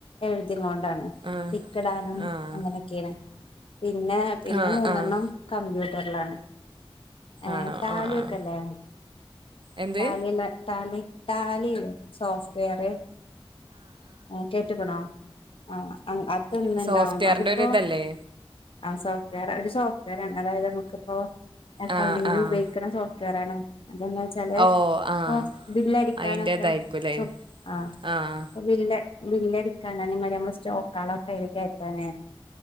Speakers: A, on the left (about 65°); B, on the right (about 60°).
A: എഴതുംകൊണ്ടാണ്
B: ആഹ്
A: ടിക്ക് ഇടാനും
B: ആഹ്
A: അങ്ങനെയൊക്കേയാണ് പിന്നെ പിന്നെ
B: ആഹ്
A: മൂന്നെണ്ണം
B: ആഹ്
A: കമ്പ്യൂട്ടാറിലാണ് ഏയ്‌
B: ആണോ
A: ടാലി
B: ആഹ് ആഹ്
A: ഒക്കയില്ലേ
B: എന്ത്
A: ടാലി തന്നെ ടാലി ടാലി സോഫ്റ്റ് വെയറ് ആഹ് കേട്ട്ക്കണോ ആഹ് ആഹ് അതൊന്ന് ഒണ്ടാവും
B: സോഫ്റ്റ്വെയറിന്റെ
A: അതിപ്പോ-
B: ഒരു ഇതല്ലേ
A: ആഹ് സോഫ്റ്റ് വെയ്ർ ഒര് സോഫ്റ്റ് വെയറാ ആണ് അതായത് നമക്ക് ഇപ്പോ അക്കൗണ്ടിങ്ങിന്
B: ആഹ് ആഹ്
A: ഉപയോഗിക്കാണ സോഫ് <unintelligible> ച്ചലോ
B: ഓ ആഹ്
A: ഇപ്പോ ബില്ല് അടിക്കാനൊക്കെ
B: അയിന്റേതായിരിക്കുംല്ലേ
A: ച്ചോ ആ
B: ആഹ്
A: ബില്ലാ ബില്ല് എട്ക്കാനേ മളെ സ്റ്റോകളൊക്കെ അയ്ല് കേറ്റാനേ